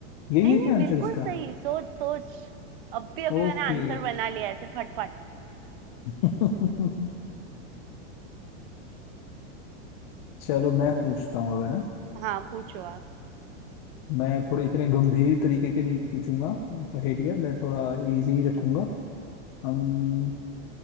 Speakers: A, on the left; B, on the right.
A: यही
B: नहीं
A: है
B: नहीं
A: क्या आंसर
B: बिल्कुल
A: इसका
B: सही सोच सोच अभी अभी
A: ओके
B: मैंने आंसर बना लिया ऐसे फटफट
A: <laughs> चलो मैं पूछता हूँ अब है ना
B: हाँ पूछो आप
A: मैं थोड़े इतने गंभीर तरीके के नहीं पूछूंगा पहेलियाँ मैं थोड़ा इजी रखूंगा हम